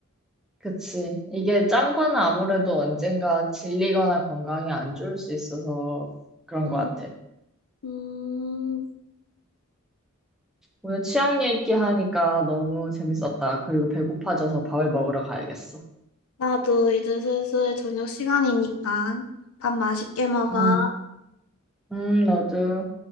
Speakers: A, in the centre; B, on the left.
A: 그치. 이게 짠 거는 아무래도 언젠가 질리거나 건강이 안 좋을 수 있어서 그런
B: 음,
A: 것 같아.
B: 음,
A: 오늘 취향 얘기하니까 너무 재밌었다. 그리고 배고파져서 밥을 먹으러 가야겠어.
B: 나도 이제 슬슬 저녁 시간이니까 밥 맛있게 먹어.
A: 응, 응, 맞아.